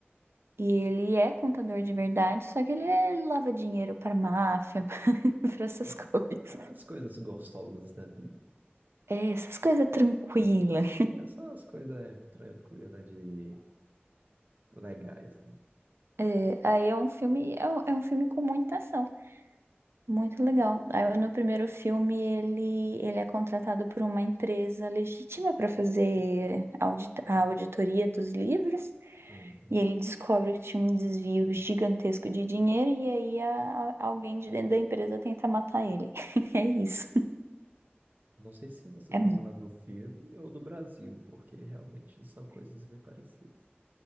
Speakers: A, on the right; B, on the right.
A: E ele é contador de verdade, só que ele é- lava dinheiro pra máfia, <laughs> pra essas
B: Hum.
A: coisas.
B: As coisas gostosas da vida.
A: É, essas coisas tranquilas.
B: É só as coisas tranquilas de legais, né?
A: É, aí é um filme, é, um é um filme com muita ação, muito legal. Aí no primeiro filme ele, ele é contratado por uma empresa legítima pra fazer audit a auditoria dos livros.
B: Uhum.
A: E ele descobre que tinha um desvio gigantesco de dinheiro, e aí a- a- alguém de dentro da empresa tenta matar ele. <laughs> É isso.
B: Não sei se você
A: É
B: está falando do filme ou do Brasil, porque realmente são coisas bem parecidas.